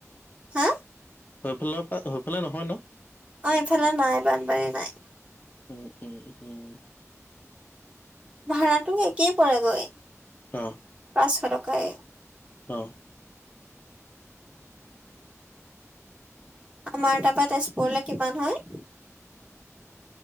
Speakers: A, on the right; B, on the left.
A: হা?
B: <unintelligible> নহয় ন?
A: অ', ইফালে নাই বানপানী নাই।
B: উম, উম, উম,
A: ভাড়াটো একেই পৰে গৈ।
B: অহ',
A: পাঁচশ টকায়ে।
B: অহ',
A: আমাৰ তাৰপা তেজপুৰলে কিমান হয়?